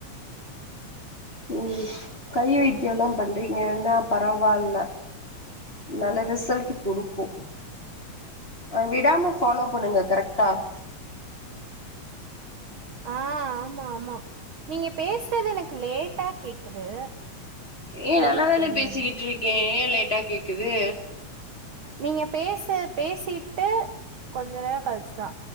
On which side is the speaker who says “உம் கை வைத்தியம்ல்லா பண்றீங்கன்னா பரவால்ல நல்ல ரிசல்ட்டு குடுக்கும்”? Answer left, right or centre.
Left